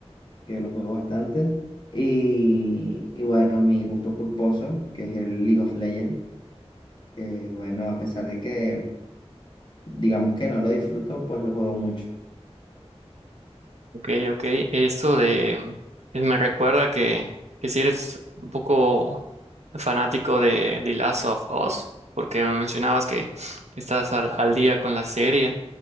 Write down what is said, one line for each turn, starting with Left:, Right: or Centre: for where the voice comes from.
Left: que lo juego bastante. Y, y bueno, mi gusto culposo, que es el League of Legends, que bueno, a pesar de que digamos que no lo disfruto, pues lo juego mucho.
Right: Ok, ok. Esto de eh, me recuerda que, que si eres un poco fanático de The Last of Us, porque me mencionabas que, que estás al, al día con la serie